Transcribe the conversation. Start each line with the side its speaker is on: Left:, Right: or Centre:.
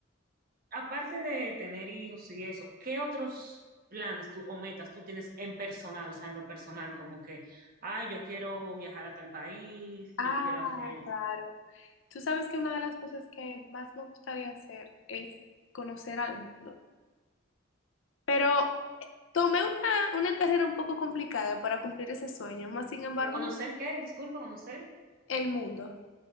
Right: aparte de tener hijos y eso, ¿qué otros planes tú, o metas tú tienes en personal, o sea, en lo personal, como que, ay, yo quiero viajar a tal país,
Left: Ah,
Right: yo quiero hacer,
Left: claro. Tú sabes que una de las cosas que más me gustaría hacer es conocer al mundo. Pero eh, tomé una, una carrera un poco complicada para cumplir ese sueño, más sin embargo,
Right: pero conocer qué, disculpa, conocer
Left: el mundo.